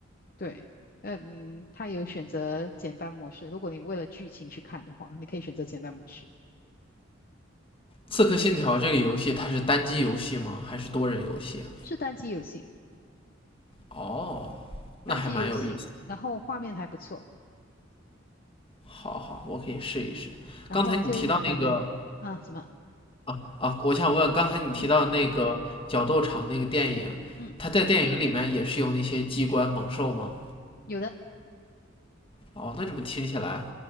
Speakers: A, on the left; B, on the left.
A: 对，嗯，它有选择简单模式，如果你为了剧情去看的话，你可以选择简单模式，
B: 《刺客信条》这个游戏它是单机游戏吗？还是多人游戏啊
A: 是单机游戏，
B: 哦，
A: 单机游戏，
B: 那还蛮有意思。
A: 然后画面还不错，
B: 好好，我可以试一试。
A: 然后就可能啊什么，
B: 刚才你提到那个啊啊，我想问，刚才你提到那个角斗场那个电影，
A: 嗯嗯，
B: 它在电影里面也是有那些机关猛兽吗？
A: 有的。
B: 哦，那怎么听起来